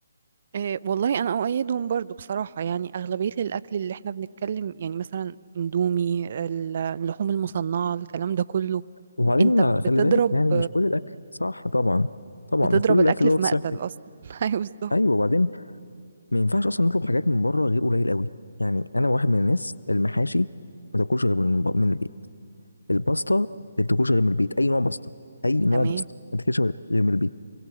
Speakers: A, on the right; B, on the left.
A: إيه والله انا اؤيدهم برضو بصراحه يعني اغلبيه الاكل اللي احنا بنتكلم يعني مثلا اندومي ال- اللحوم المصنعه الكلام ده كله
B: وبعدين
A: انت
B: ما
A: بتضرب
B: خلي بالك يعني مش كل الاكل صح طبعا طبعا
A: بتضرب
B: مش كل
A: الاكل
B: الاكل دوت
A: في مقتل
B: صحي
A: اصلا <laughs> ايوه بالظبط
B: ايوه وبعدين ما ينفعش اصلا نطلب حاجات من بره غير قليل قوي يعني انا واحد من الناس المحاشي ما تاكلش غير من من البيت الباستا ما تاكلش غير من البيت اي نوع باستا اي نوع
A: تمام
B: باستا ما تاكلش غير غير من البيت